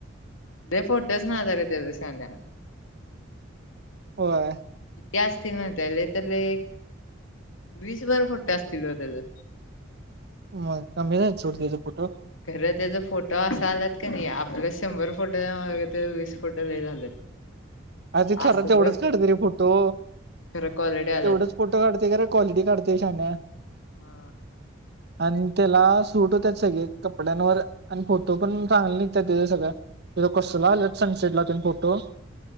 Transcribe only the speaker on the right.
व्हय.
मग कमी नाही सोड त्याच फोटो
अ तेथरात
तेवढच काढत रे फट. फो तो
तेवढच फोटो काढते का र क्वालिटी काढते छान
आणि त्याला सूट होतात सगळे कपड्यांवर आणि फोटो पण चांगले निघतात त्याच सगळं इ कोस लेफ्ट सड सईड ला न पटो